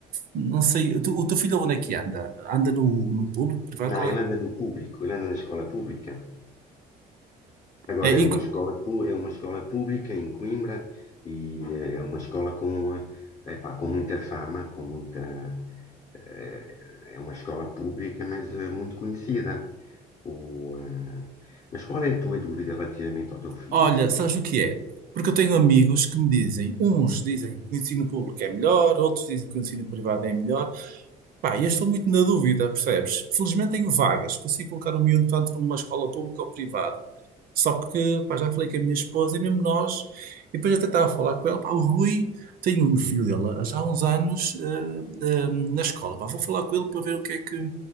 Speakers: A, on the right; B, on the left.
A: Não sei, o teu, o teu filho onde é que anda? Anda no, no público, privado?
B: Não,
A: Qual
B: ele anda no público, ele anda na escola pública. Agora
A: é? É, e,
B: é uma
A: co-
B: escola, pu- é uma escola pública em Coimbra e é uma escola com, eh, epá, com muita fama, com muita, eh, é uma escola pública, mas eh, muito conhecida. O, ah, mas qual é a tua dúvida relativamente ao teu filho?
A: Olha, sabes o que é? Porque eu tenho amigos que me dizem, uns dizem que o ensino público é melhor, outros dizem que o ensino privado é melhor. Pá, e eu estou muito na dúvida, percebes? Felizmente tenho vagas, consigo colocar o miúdo tanto numa escola pública ou privada. Só que, pá, já falei com a minha esposa e mesmo nós, e depois até estava a falar com ela, pá, o Rui tem um filho dele já há uns anos eh, eh, na escola, pá, vou falar com ele para ver o que é que.